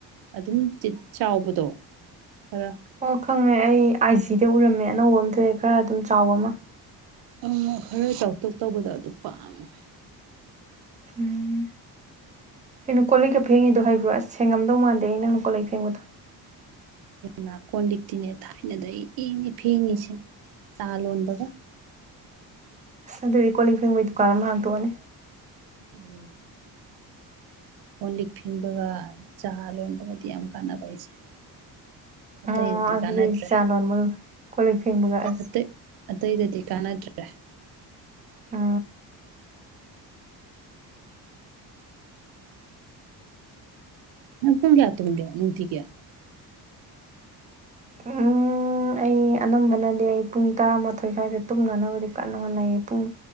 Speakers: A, on the right; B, on the right.
A: ꯑꯗꯨꯝ ꯆꯥꯎꯕꯗꯣ ꯈꯔ
B: ꯑꯣ ꯈꯪꯉꯦ ꯑꯩ ꯑꯥꯏꯖꯤꯗ ꯎꯔꯝꯃꯦ ꯑꯅꯧꯕ ꯑꯃ ꯊꯣꯛꯑꯦ ꯈꯔ ꯑꯗꯨꯝ ꯆꯥꯎꯕ ꯑꯃ
A: ꯑ ꯈꯔ ꯆꯥꯎꯊꯣꯛ ꯇꯧꯕꯗꯣ ꯑꯗꯨ ꯄꯥꯝꯃꯦ
B: ꯎꯝ ꯀ ꯅꯀꯣꯜꯂꯩꯒ ꯐꯦꯡꯉꯤꯗꯣ ꯍꯥꯏꯕꯤ꯭ꯔꯣ ꯑꯁ ꯊꯦꯡꯉꯝꯗꯧ ꯃꯥꯟꯗꯦ ꯑꯩ ꯅꯪ ꯅꯨꯀꯣꯜꯂ ꯐꯦꯡꯕꯗꯣ
A: ꯃ ꯀꯣ ꯂꯤꯛꯇꯤꯅꯦ ꯊꯥꯏꯅꯗ ꯑꯩ ꯏꯡꯅꯤ ꯐꯦꯡꯉꯁꯦ ꯆꯥ ꯂꯣꯟ ꯕ
B: ꯑꯁ ꯑꯗꯨꯗꯤ ꯀꯣꯜꯂꯤꯛ ꯐꯦꯡꯕꯩ ꯗꯨꯀꯥꯟ ꯑꯃ ꯍꯥꯡꯇꯣꯛꯑꯅꯤ
A: ꯎꯝ ꯀꯣꯟ ꯂꯤꯛ ꯐꯤꯡꯕꯒ ꯆꯥ ꯂꯣꯟꯕꯒꯗꯤ ꯌꯥꯝ ꯀꯥꯟꯅꯕ ꯑꯩꯁꯦ ꯑꯇꯩꯗꯨꯗꯤ
B: ꯑꯣ ꯑꯗꯨꯗꯤ
A: ꯀꯥꯟꯅꯗ꯭ꯔꯦ
B: ꯆꯥ ꯂꯣꯟꯕ ꯀꯣꯜ ꯂꯤꯛ ꯐꯦꯡꯕꯒ ꯑꯁ
A: ꯑꯇꯩ ꯑꯇꯩꯗꯗꯤ ꯀꯥꯟꯅꯗ꯭ꯔꯦ
B: ꯑ
A: ꯄꯨꯡꯒꯤ ꯇꯨꯡꯒꯦ ꯅꯨꯡꯇꯤꯒꯤ
B: ꯎꯝ ꯑꯩ ꯑꯅꯝꯕꯅꯗꯤ ꯑꯩ ꯄꯨꯡ ꯇꯔꯥꯃꯥꯊꯣꯏ ꯁ꯭ꯋꯥꯏꯗ ꯇꯨꯝꯅꯅꯕꯗꯤ ꯀꯟꯅ ꯍꯣꯠꯅꯩꯌꯦ ꯄꯨꯡ